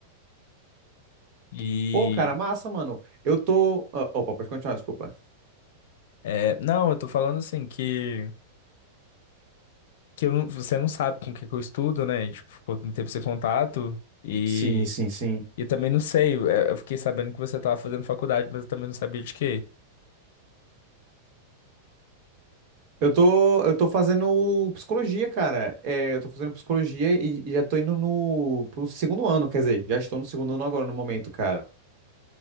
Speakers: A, on the left; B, on the right.
A: E,
B: Pô, cara, massa, mano. Eu tô. ah, Opa, pode continuar, desculpa.
A: é, não, eu tô falando assim que, que eu não- você não sabe com o que que eu estudo, né? A gente ficou um tempo sem contato e,
B: Sim, sim, sim.
A: e também não sei. é, Eu fiquei sabendo que você tava fazendo faculdade, mas eu também não sabia de quê.
B: Eu tô, eu tô fazendo psicologia, cara. É, eu tô fazendo psicologia e, e já tô indo no, pro segundo ano, quer dizer, já estou no segundo ano agora no momento, cara.